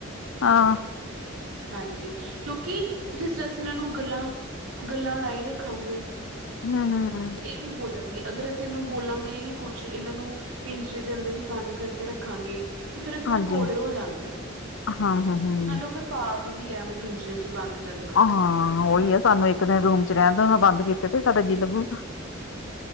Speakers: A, on the left; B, on the right.
A: ਹਾਂ
B: ਹਾਂਜੀ ਕਿਉਂਕਿ ਜਿਸ ਤਰ੍ਹਾਂ ਅਸੀਂ ਇਹਨਾਂ ਨੂੰ ਗੱਲਾਂ ਗੱਲਾਂ ਲਾਈ ਰੱਖਾਂਗੇ।
A: ਹਮ ਹਮ
B: ਇਹ ਵੀ ਬੋਲਣਗੇ ਅਗਰ ਅਸੀਂ ਇਹਨੂੰ ਬੋਲਾਂਗੇ ਨਹੀਂ ਕੁੱਝ ਇਹਨਾਂ ਨੂੰ ਪਿੰਜਰੇ ਦੇ ਅੰਦਰ ਹੀ ਬੰਦ ਕਰਕੇ ਰੱਖਾਂਗੇ। ਤੇ ਫਿਰ ਉਹ ਥੋੜੇ
A: ਹਾਂਜੀ
B: ਕੌੜੇ ਹੋ ਜਾਂਦੇ ਆ
A: ਹਾਂ ਹਾਂ ਹਾਂ
B: ਨਾਲੇ ਉਹ ਫਿਰ ਪਾਪ ਵੀ ਐਵੇ ਪਿੰਜਰੇ ਚ ਬੰਦ ਕਰਨਾ।
A: ਹਾਂ ਉਹੀ ਆ ਸਾਨੂੰ ਇੱਕ। ਰੂਮ ਚ ਰਹਿਣ ਦੇਣਾ ਬੰਦ ਕੀਤੇ ਤੇ ਸਾਡਾ ਜੀਅ ਲੱਗੂਗਾ।